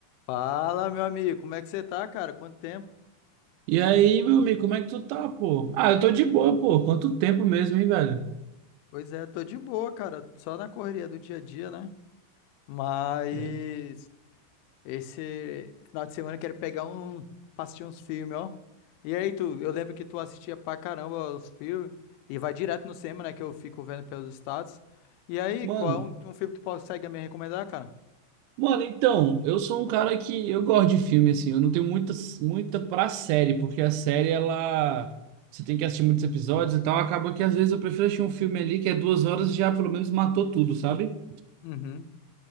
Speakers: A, on the left; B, on the right.
A: Fala, meu amigo, como é que você tá, cara? Quanto tempo?
B: E aí, meu amigo, como é que tu tá, pô? Ah, eu tô de boa, pô. Quanto tempo mesmo, hein, velho?
A: Pois é, tô de boa, cara, só na correria do dia a dia, né? Mas
B: É.
A: esse final de semana eu quero pegar um, pra assistir uns filmes, ó. E aí, tu, eu lembro que tu assistia pra caramba os filmes e vai direto no cinema, né, que eu fico vendo pelos status. E aí,
B: Mano,
A: qual é um, um filme que tu consegue me recomendar, cara?
B: mano, então, eu sou um cara que eu gosto de filme, assim. Eu não tenho muita, muita pra série, porque a série, ela.
A: Uhum.
B: Você tem que assistir muitos episódios e tal. Acaba que às vezes eu prefiro assistir um filme ali que é duas horas e já pelo menos matou tudo, sabe?
A: Uhum.